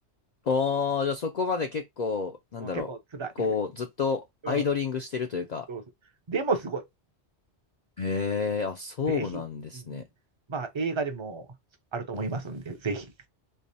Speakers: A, on the left; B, on the right.
A: おー、じゃあそこまで結構、なんだろう。
B: うん、結構辛い。
A: こう、
B: <laughs>
A: ずっとアイドリングしてるというか、
B: うん、そうそう。でもすごい。
A: ええあ、そうなんですね。
B: ぜひ。うん、まあ、映画でもあると思いますんで、ぜひ。